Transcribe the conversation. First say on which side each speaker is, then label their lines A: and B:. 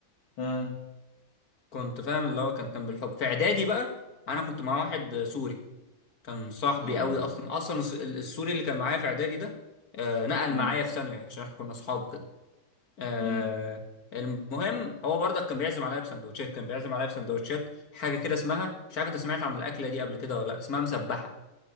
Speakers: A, on the left; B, on the left.
A: مم.
B: كنت فاهم اللي هو كان كان بالحب في اعدادي بقى انا كنت مع واحد سوري كان صاحبي
A: اه
B: قوي اصلا اصلا الس- السوري اللي كان معايا في اعدادي ده آه، نقل
A: مم.
B: معايا في ثانوي عشان احنا كنا اصحاب وكده آه،
A: مم.
B: المهم هو برضك كان بيعزم عليا بسندوتشات كان بيعزم عليا بسندوتشات حاجه كده اسمها مش عارف انت سمعت عن الاكله دي قبل كده ولا لا اسمها مسبحه